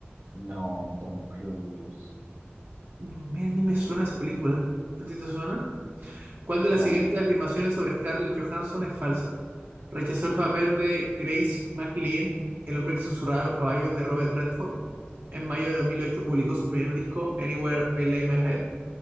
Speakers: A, on the right; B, on the right.
A: No, Tom Cruise.
B: no, mira, ni me suena esa película. ¿A ti te suena? ¿Cuál de
A: No.
B: las siguientes afirmaciones sobre Scarlett Johansson es falsa? Rechazó el papel de Grace MacLean, el hombre que susurraba a los caballos de Robert Redford. En mayo de 2008 publicó su primer disco, Anywhere I Lay My Head.